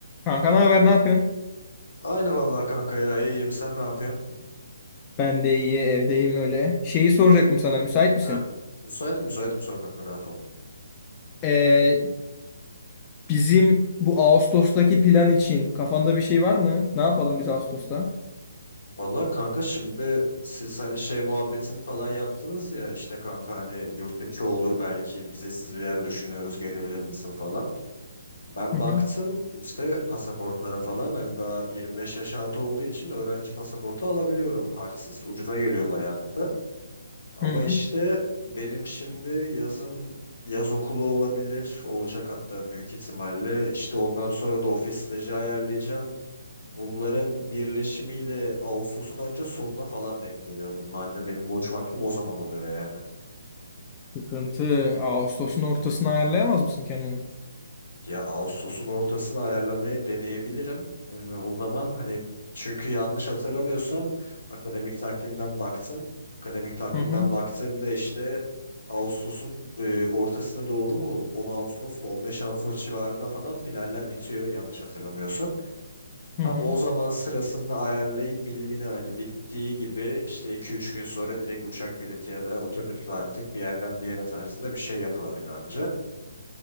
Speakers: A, on the left; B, on the left.
A: Kanka ne haber, ne yapıyorsun?
B: Aynı vallahi kanka ya iyiyim sen ne yapıyorsun?
A: Ben de iyi, evdeyim öyle. Şeyi soracaktım sana, müsait misin?
B: Heh. Müsaitim müsaitim sor kanka rahat ol.
A: Ee, bizim bu Ağustos'taki plan için kafanda bir şey var mı? Ne yapalım biz Ağustos'ta?
B: Vallahi kanka şimdi siz hani şey muhabbetini falan yaptınız ya işte kanka hani yurt dışı olur belki vizesiz bir yer düşünüyoruz gelebilir misin falan. Ben
A: Hı
B: baktım
A: hı.
B: işte pasaportlara falan hani daha 25 yaş altı olduğu için öğrenci pasaportu alabiliyorum harçsız ucuza geliyor bayağı da. Ama
A: Hı.
B: işte benim şimdi yazın yaz okulu olabilir. Olacak hatta büyük ihtimalle. İşte ondan sonra da ofis stajı ayarlayacağım. Bunların birleşimiyle Ağustos'un anca sonuna falan denk geliyor. Bunun anca benim boş vaktim o zaman oluyor yani.
A: Sıkıntı. Ağustos'un ortasına ayarlayamaz mısın kendini?
B: Ya Ağustos'un ortasını ayarlamaya deneyebilirim. Ee, o zaman hani çünkü yanlış hatırlamıyorsam akademik takvimden baktım. Akademik takvimden
A: Hı hı.
B: baktığımda işte Ağustos'un e, ortasına doğru mu 10 Ağustos mu 15 Ağustos civarında falan finaller bitiyor yanlış hatırlamıyorsam.
A: Hı
B: Tam
A: hı.
B: o zaman sırasını ayarlayıp milimini hani bittiği gibi işte 2-3 gün sonra direkt uçak bileti ya da otobüsle artık bir yerden bir yere tarzında bir şey yapılabilir anca.